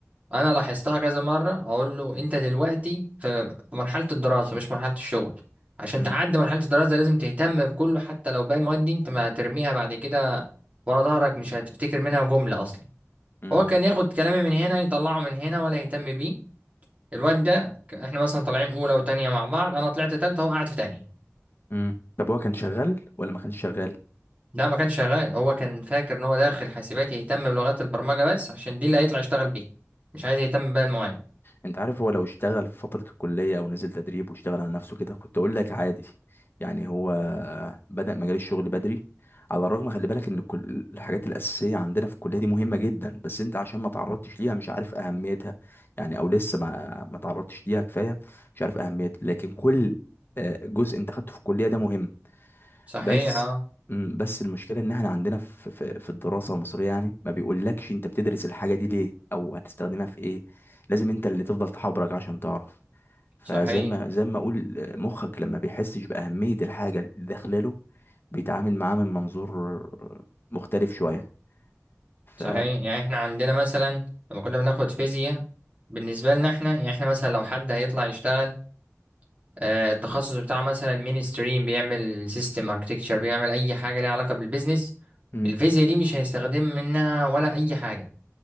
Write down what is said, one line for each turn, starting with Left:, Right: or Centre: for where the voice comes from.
Right: انا لاحظتها كذا مره اقول له انت دلوقتي في في مرحله الدراسه مش مرحله الشغل عشان
Left: امم
Right: تعدي مرحله الدراسه لازم تهتم بكله حتى لو باقي المواد دي انت ما هترميها بعد كده ورا ظهرك مش هتفتكر منها جمله اصلا
Left: امم
Right: هو كان ياخد كلامي من هنا يطلعه من هنا ولا يهتم بيه الواد ده ك- احنا مثلا طالعين اولى وتانية مع بعض انا طلعت تالتة هو قاعد في تانية
Left: امم طب هو كان شغال ولا ما كانش شغال
Right: لا ما كانش شغال هو كان فاكر ان هو داخل حاسبات يهتم بلغات البرمجة بس عشان دي اللي هيطلع يشتغل بيها مش عايز يهتم باقي المواد
Left: انت عارف هو لو اشتغل في فترة الكلية او نزل تدريب واشتغل على نفسه كده كنت اقول لك عادي يعني هو بدأ مجال الشغل بدري على الرغم خلي بالك ان كل الحاجات الأساسية عندنا في الكلية دي مهمة جدا بس انت عشان ما تعرضتش ليها مش عارف أهميتها يعني او لسه ما ما تعرضتش ليها كفاية مش عارف أهميتها لكن كل آه، جزء انت خدته في الكلية ده مهم
Right: صحيح
Left: بس
Right: اه
Left: مم، بس المشكله ان احنا عندنا في في, في الدراسه المصريه يعني ما بيقولكش انت بتدرس الحاجه دي ليه او هتستخدمها في ايه لازم انت اللي تفضل تحبرك عشان تعرف فزي
Right: صحيح
Left: ما زي ما اقول مخك لما بيحسش باهميه الحاجه اللي داخله له بيتعامل معاها من منظور مختلف شويه ف
Right: صحيح يعني احنا عندنا مثلا لما كنا بناخد فيزياء بالنسبة لنا احنا يعني احنا مثلا لو حد هيطلع يشتغل آه التخصص بتاعه مثلا مين ستريم بيعمل سيستم اركتكتشر بيعمل اي حاجة ليها علاقة بالبيزنس
Left: مم.
Right: الفيزياء دي مش هيستخدم منها ولا اي حاجة